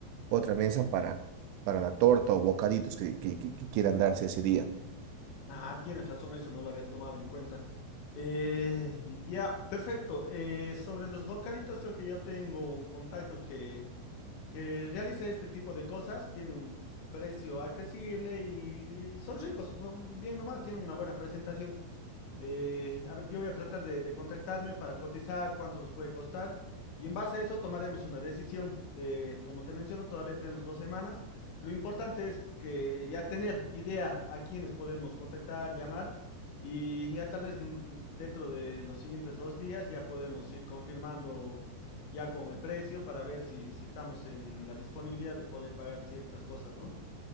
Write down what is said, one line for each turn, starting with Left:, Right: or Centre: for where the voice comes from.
Right: otra mesa para, para la torta o bocaditos que, que, que- que quieran darse ese día.
Left: Ah, tienes razón, eso no lo había tomado en cuenta. Eh, ya, perfecto. Eh, sobre los bocaditos, creo que ya tengo un contacto que que realice este tipo de cosas, tiene un precio accesible y son ricos, son bien nomás, tienen una buena presentación. Eh, a ver, yo voy a tratar de, de contactarme para cotizar cuánto nos puede costar y en base a eso tomaremos una decisión. Eh, como te menciono, todavía tenemos dos semanas. Lo importante es que ya tener idea a quiénes podemos contactar, llamar y ya tal vez mm, dentro de los siguientes dos días ya podemos ir confirmando ya con el precio para ver si, si estamos en la disponibilidad de poder pagar ciertas cosas, ¿no?